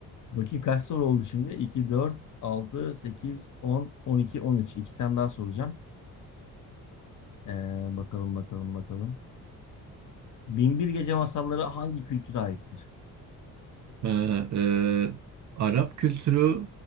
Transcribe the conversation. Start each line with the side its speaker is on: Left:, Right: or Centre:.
Left: Bakayım kaç soru oldu şimdi? iki, dört, altı, sekiz, on, on iki, on üç. İki tane daha soracağım. Ee, bakalım, bakalım, bakalım. Bin bir Gece Masalları hangi kültüre aittir?
Right: Ee, e, Arap kültürü